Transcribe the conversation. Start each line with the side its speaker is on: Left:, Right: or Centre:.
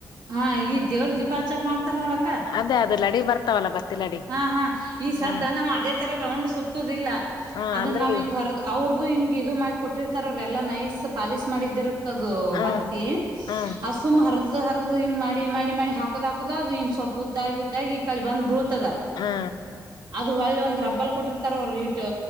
Right: ಹಾ ಈ ದೇವ್ರ ದೀಪಾಚಕ್ ಮಾಡ್ತಾರ್ ನೋಡಕ್ಕ.
Left: ಅದೇ ಅದು ಲಡಿ ಬರ್ತಾವಲ್ಲ ಬತ್ತಿ ಲಡಿ
Right: ಹಾ ಹಾ ಈ ಸದ್ದ
Left: ಹ್ಮ್
Right: ನಾವ್ ಅದೇ ತರ ರೌಂಡ್ ಸುತ್ತುದಿಲ್ಲ
Left: ಹ್ಮ್
Right: ಅದನ್ನ
Left: ಅಂದ್ರೆ
Right: ನಾವ್
Left: ಇವ್
Right: ಹಿಂಗ ಹರ್ ಅವರ್ ಹಿಂಗ ಇದು ಮಾಡ ಕೊಟ್ಟಿ <unintelligible> ನೈಸ್ ಪಾಲಿಶ್ ಮಾಡಿದಿರುತ್ ಅದು
Left: ಹ್ಮ್
Right: ಹತ್ತಿ
Left: ಹ್ಮ್
Right: ಅದು ಸುಮ್ <unintelligible> ಹರದ್ ಹಿಂಗ ಮಾಡಿ ಮಾಡಿ ಹಾಕುದದ ಹಾಕುದದ ಅದು ಹಿಂಗ ಸ್ವಪ ಉದ್ದಾಗಿ ಉದ್ದಾಗಿ ಈ ಕಡಿ ಬಂದ್ ಬೀಳ್ತದ.
Left: ಹಾ
Right: ಅದು ಹೊಳ್ಳ ಒಂದ್ ರಬ್ಬಲ್ ಕೊಟ್ಟಿರ್ತಾರ್ ಅವ್ರು ಇಟ್ಟ